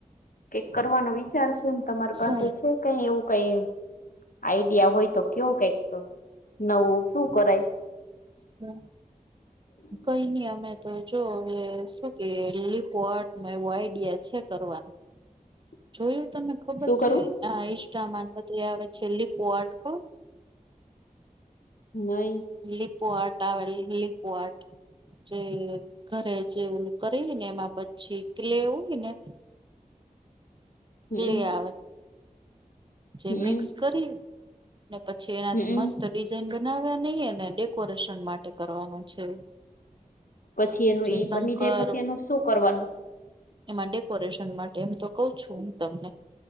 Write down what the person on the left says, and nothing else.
કે કરવાનો વિચાર છે એમ તમારી પાસે
છે. કઈ એવું કઈ, આઈડિયા હોય તો કેવો કંઈક તો. નવુ શું કરાય?
- <unintelligible>
<unintelligible>
શું કરવું
નહી.
હમ
હમ
હમ
પછી એનું
ઈ
બની જાય પછી એનું શું કરવાનું?